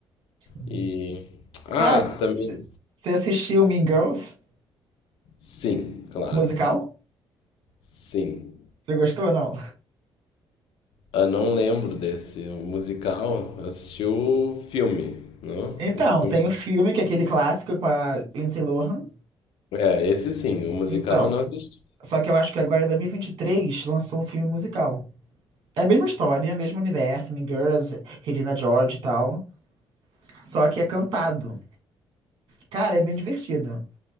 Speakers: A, on the right; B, on the left.
A: Sim.
B: E. Ah,
A: Cara, você
B: também.
A: assistiu Mean Girls,
B: Sim, claro.
A: musical?
B: Sim.
A: Você gostou ou não?
B: Eu não lembro desse. O musical, eu assisti o filme, não?
A: Então,
B: O filme.
A: tem o filme, que é aquele clássico com a Lindsay Lohan.
B: É, esse sim, o musical
A: Então,
B: eu não assisti.
A: Só que eu acho que agora em 2023 lançou um filme musical. É a mesma história, é o mesmo universo, Mean Girls, Regina George e tal. Só que é cantado. Cara, é bem divertido.